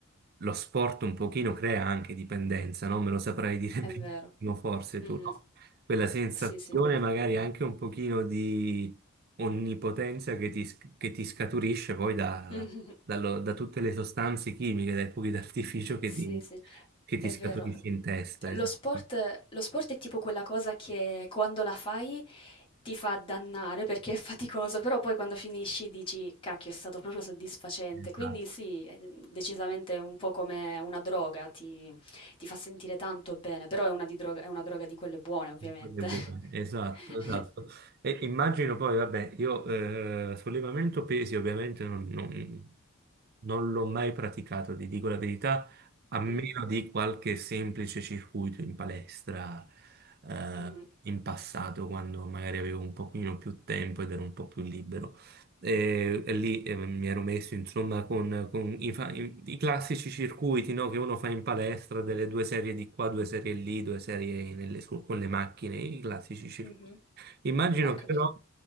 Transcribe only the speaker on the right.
lo sport un pochino crea anche dipendenza, non me lo saprai dire
<laughs> benissimo
forse tu,
no? Quella sensazione
magari anche un pochino di onnipotenza che ti, sc- che ti scaturisce poi da,
dallo- da tutte le sostanze chimiche, dai fuochi d'artificio che
ti,
che ti
scaturisci
in testa, esatto.
esatto.
Cose buone, esatto,
esatto. E immagino poi, vabbè, io eh, sollevamento pesi ovviamente non, non- non l'ho mai praticato, ti dico la verità, a meno
di qualche semplice circuito in palestra eh,
in passato, quando magari avevo un pochino più tempo ed ero un po' più libero. E, e lì eh, mi ero messo insomma con, con i, fa- i- i classici circuiti no, che uno fa in palestra, delle due serie di qua, due serie lì, due serie nelle su- con le macchine, i classici circuiti.
Immagino
che
però